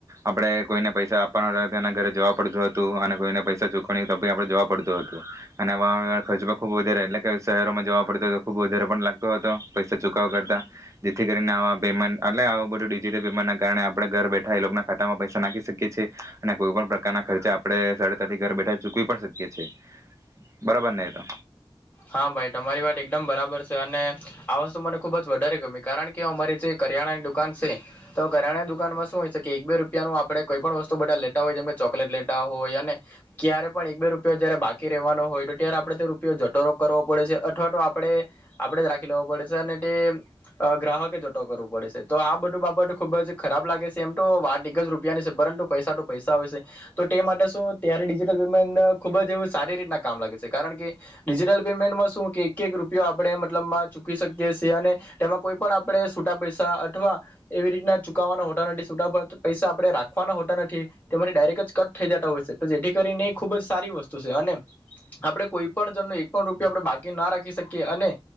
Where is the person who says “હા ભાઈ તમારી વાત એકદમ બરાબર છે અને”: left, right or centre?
Left